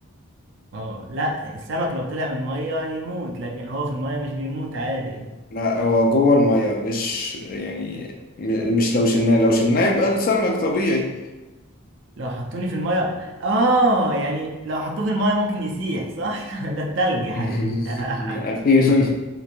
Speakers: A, on the right (about 55°); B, on the left (about 40°).
A: اه لا السمك لو طلع من الميه هيموت لكن هو في الميه مش بيموت عادي
B: لا هو جوه المية مش يعني م- مش لو شلناه لو شلناه يبقى السمك طبيعي
A: لو حطوني في الميه اه يعني لو حطوه في الميه ممكن يسيح صح <laughs> ده التلج يا حبيبي
B: <laughs>
A: <laughs>
B: أخيرا